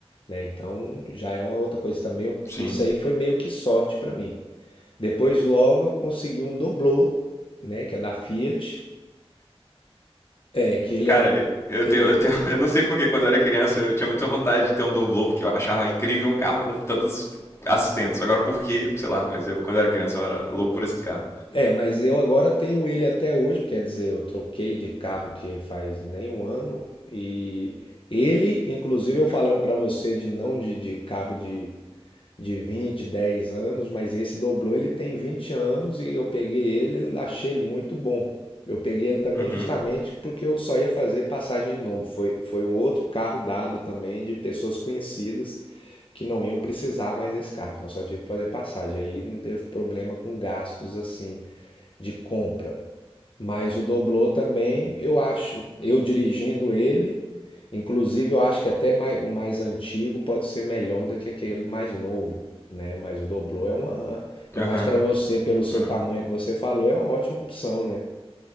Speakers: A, on the left; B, on the left.
A: né? Então, já é uma outra coisa também. Eu-
B: Sim.
A: Isso aí foi meio que sorte para mim. Depois logo eu consegui um doblô, né, que é da Fiat, é que ele
B: Cara,
A: é
B: eu
A: ele
B: tenho, eu tenho, <laughs> eu não sei porque quando eu era criança eu tinha muita vontade de ter um Doblô, porque eu achava incrível um carro com tantos assentos. Agora por quê, sei lá, mas eu quando eu era criança eu era louco por esse carro.
A: É, mas eu agora tenho ele até hoje, quer dizer, eu troquei de carro que faz nem um ano e ele, inclusive eu falando pra você de não de, de carro de, de 20, 10 anos, mas esse dobrou, ele tem 20 anos e eu peguei ele, ele- achei ele muito bom. Eu peguei ele também
B: Uhum.
A: justamente porque eu só ia fazer passagem de nome. Foi, foi um outro carro dado também de pessoas conhecidas que não iam precisar mais desse carro, então só tive que fazer passagem. Aí não teve problema com gastos assim de compra. Mas o Doblô também, eu acho, eu dirigindo ele, inclusive eu acho que até mai- o mais antigo pode ser melhor do que aquele mais novo, né? Mas o Doblô é uma, ainda
B: Aham.
A: mais para você, pelo seu
B: Uhum.
A: tamanho que você falou, é uma ótima opção, né?